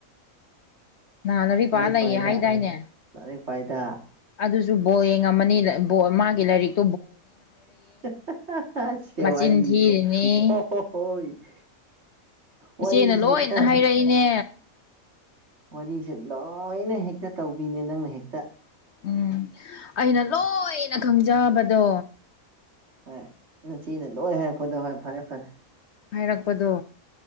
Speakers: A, on the left; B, on the right.
A: ꯅꯍꯥꯟ ꯂꯥꯏꯔꯤꯛꯄꯥꯥ
B: ꯂꯥꯏꯔꯤꯛ
A: ꯂꯩꯌꯦ
B: ꯄꯥꯏꯗ
A: ꯍꯥꯏꯗꯥꯏꯅꯦ
B: ꯂꯥꯏꯔꯤꯛ ꯄꯥꯏꯗ
A: ꯑꯗꯨꯁꯨ ꯕꯣꯜ ꯌꯦꯡꯉꯝꯃꯅꯤꯅ ꯕꫭꯜ ꯃꯥꯒꯤ ꯂꯥꯏꯔꯤꯛ
B: <unintelligible>
A: ꯃꯆꯤꯟ
B: ꯋꯥꯔꯤꯖꯦ
A: ꯊꯤꯔꯤꯅꯤ
B: ꯍꫭ ꯍꫭ ꯍꯣꯏ <inaudible> ꯋꯥꯔꯤꯁꯦ
A: ꯏꯆꯦꯅ ꯂꯣꯏꯅ
B: ꯍꯦꯛꯇ
A: ꯍꯥꯏꯔꯛꯏꯅꯦ
B: ꯋꯥꯔꯤꯁꯦ ꯂꯣꯏꯅ ꯍꯦꯛꯇꯥ ꯇꯧꯕꯤꯅꯦ ꯅꯪꯅ ꯍꯦꯛꯇ
A: ꯎꯝ ꯑꯩꯅ ꯂꯣꯏꯅꯥ ꯈꯪꯖꯕꯗꯣ
B: ꯍꯣꯏ ꯒꯆꯦꯅ ꯂꯣꯏ ꯍꯥꯏꯔꯛꯄꯗꯣ ꯍꯣꯏ ꯐꯔꯦ ꯐꯔꯦ
A: ꯍꯥꯏꯔꯛꯄꯗꯣ